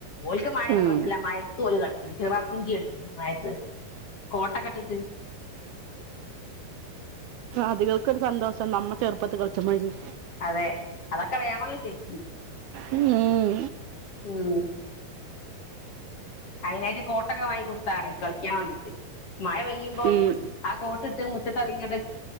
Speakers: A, on the left; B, on the right.
A: ഓൽക്ക് മഴന്നും
B: ഉം.
A: പ്രശ്നല്ല മഴത്ത് ഓല് കൾച്ചും ചിറാപ്പുഞ്ചി കളിക്കും മഴത്ത് കോട്ടക്ക്ട്ട്ട്ട്
B: അതികൾക്കൊരു സന്തോഷം നമ്മ ചെർപ്പത്ത് കളിച്ച മാതിരി
A: അതെ അതൊക്കെ വേണംന്ന് ശര്ക്കി
B: ഉം ഉം
A: ഉം ഹ് അയിനായിട്ട് കോട്ടക്കെ വാങ്ങികൊട്ത്താണ് കളിക്കാൻ വേണ്ടീട്ട് മഴ പെയ്യുമ്പോ
B: ഉം.
A: ആ കോട്ട് ത് മുറ്റത്തെർങ്ങിങ്ങട്ട്